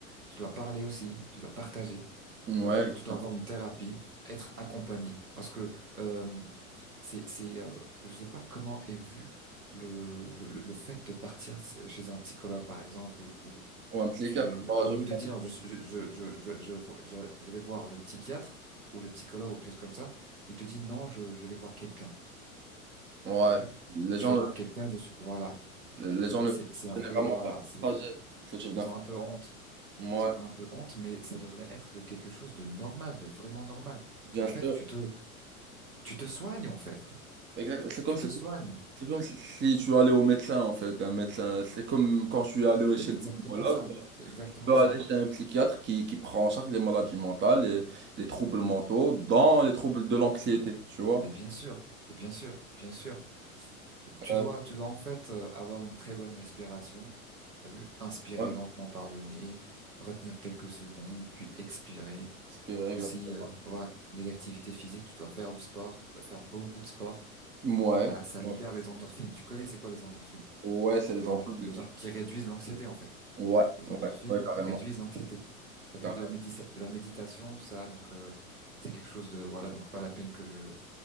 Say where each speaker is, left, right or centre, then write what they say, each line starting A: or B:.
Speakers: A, on the right (about 85°); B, on the right (about 25°).
A: Tu dois parler aussi, tu dois partager.
B: ouais,
A: T'as vu?
B: exactement.
A: Tu dois avoir une thérapie, être accompagné. Parce que euh, c'est, c'est, euh, je sais pas comment est vu le, le, le le fait de partir chez un psychologue, par exemple, ou, ou
B: Ou un psychiatre,
A: tu,
B: ouais,
A: au
B: je
A: lieu de
B: pense.
A: dire je, je, je, je, je, je vo- je- je vais voir le psychiatre ou le psychologue ou quelque chose comme ça, il te dit non, je, je vais voir quelqu'un.
B: Ouais,
A: T'as vu?
B: les
A: Je
B: gens,
A: vais voir quelqu'un, je suis- voilà.
B: les gens
A: Ça,
B: ne
A: C'est, c'est un
B: généralement
A: peu, voilà,
B: pas
A: c'est,
B: partager ce type d'informations.
A: ils ont un peu honte.
B: Ouais,
A: Ils ont un peu honte, mais ça devrait être de quelque chose de normal, de vraiment normal.
B: bien
A: En fait,
B: sûr.
A: tu te, tu te soignes, en fait.
B: Exact. C'est comme
A: Tu
B: si,
A: te soignes.
B: c'est comme si, si tu allais au médecin en fait, un médecin. C'est comme quand je suis allé
A: C'est
B: chez
A: exactement
B: le pneumologue.
A: ça. C'est exactement
B: peux aller
A: ça.
B: chez un psychiatre qui, qui prend en charge les maladies mentales, et les troubles mentaux, dans les troubles de l'anxiété, tu vois.
A: Mais bien sûr, et bien sûr, bien sûr. Tu
B: Euh,
A: dois, tu dois en fait euh, avoir une très bonne respiration. T'as vu? Inspirer
B: ouais,
A: lentement par le nez, retenir quelques secondes, puis expirer.
B: inspiré,
A: Aussi,
B: exact.
A: euh, ouais, les activités physiques, tu dois faire du sport, tu dois faire beaucoup de sport.
B: Ouais.
A: Ça, ça libère
B: Ouais,
A: les endorphines. Tu connais c'est quoi les endorphines?
B: Ouais, c'est les
A: Les
B: enfants
A: en-
B: qui...
A: les
B: qui-
A: en- qui réduisent l'anxiété, en fait.
B: Ouais,
A: Les
B: ouais,
A: endorphines
B: ouais, carrément.
A: réduisent l'anxiété. T'as vu,
B: carrément.
A: la médi- la méditation, ça, donc euh, c'est quelque chose de voilà, donc pas la peine que je